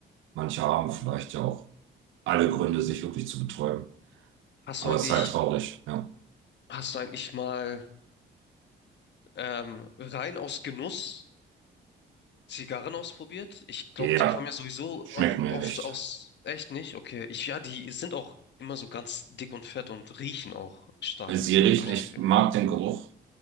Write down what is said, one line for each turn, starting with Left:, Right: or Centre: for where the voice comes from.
Right: Manche haben vielleicht ja auch alle Gründe, sich wirklich zu betäuben.
Left: Hast
Right: Aber
Left: du eigentlich,
Right: es ist halt traurig, ja.
Left: hast du eigentlich mal ähm, rein aus Genuss Zigarren ausprobiert? Ich glaube,
Right: Ja,
Left: die kommen ja sowieso
Right: schmeckt
Left: auch
Right: mir
Left: oft
Right: nicht.
Left: aus, echt nicht? Okay, ich, ja, die sind auch immer so ganz dick und fett und riechen auch stark,
Right: Sie riechen,
Left: habe ich das
Right: ich
Left: Gefühl.
Right: mag den Geruch.